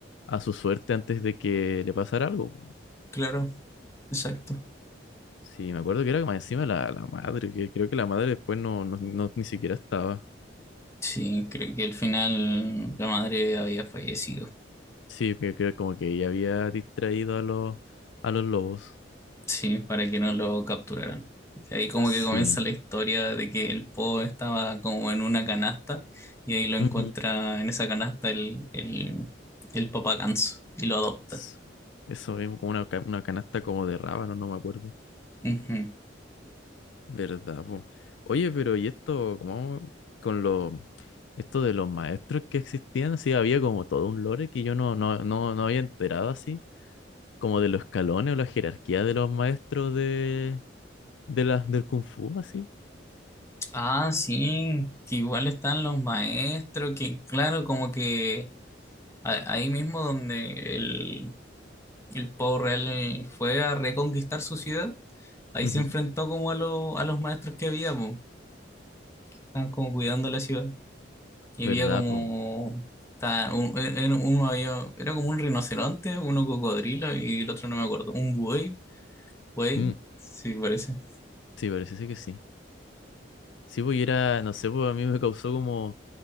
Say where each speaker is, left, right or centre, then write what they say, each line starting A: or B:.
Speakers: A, on the left; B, on the left.
A: a su suerte antes de que le pasara algo. po.
B: claro, exacto.
A: Sí, me acuerdo que era más encima la, la madre, que creo que la madre después no, no, no- ni siquiera estaba.
B: Sí, creo que al final la madre había fallecido,
A: Sí, que creo como que ella había distraído a los, a los lobos.
B: sí, para que no lo capturaran. Y ahí como
A: Sí.
B: que comienza la historia de que el Po estaba como en una canasta y ahí lo encuentra
A: Ujú.
B: en esa canasta el, el, el papá ganso y lo adopta.
A: S- Eso mismo, como una, ca- una canasta como de rábano, no me acuerdo.
B: Ujú.
A: ¿Verdad, po? Oye, pero ¿y esto, cómo con lo, esto de los maestros que existían? Sí, había como todo un lore que yo no, no, no, no había enterado así. como de los escalones o la jerarquía de los maestros de, de las del Kung Fu, así.
B: Ah, sí, que igual están los maestros, que claro, como que a- ahí mismo donde el, el Pavo Real eh, fue a reconquistar su ciudad, ahí
A: Ujú.
B: se enfrentó como a, lo- a los maestros que había, pues, estaban como cuidando la ciudad. Y
A: ¿Verdad,
B: había como,
A: po?
B: ta- un- era- uno había, era como un rinoceronte, uno cocodrilo y el otro no me acuerdo, un buey, buey,
A: Mm,
B: sí parece.
A: sí, parece ser que sí. Sí, pues y era, no sé, pues a mí me causó como,